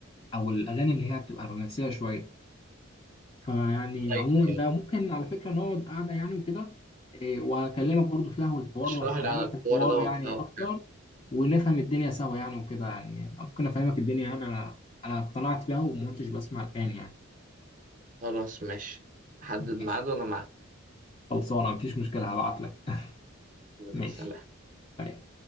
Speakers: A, on the left; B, on the right.
A: او الاغاني اللي هي بتبقى رومانسيه شويه فيعني
B: طيب
A: عموما
B: طيب.
A: ده ممكن على فكرة نقعد قعدة يعني وكده إيه، وأكلمك برضو فيها والحوار
B: اشرح
A: وأفهمك
B: لي عن الحوار
A: الحوار
B: دوت
A: يعني
B: او
A: أكتر
B: حاجة.
A: ونفهم الدنيا سوا يعني وكده يعني ممكن أفهمك الدنيا يعني أنا أنا اقتنعت بيها وما كنتش بسمع الآن يعني
B: خلاص ماشي حدد
A: ماشي
B: ميعاد وانا معاك
A: خلصانة مفيش مشكلة هبعت لك <laughs>
B: يلا،
A: ماشي
B: سلام
A: سلام.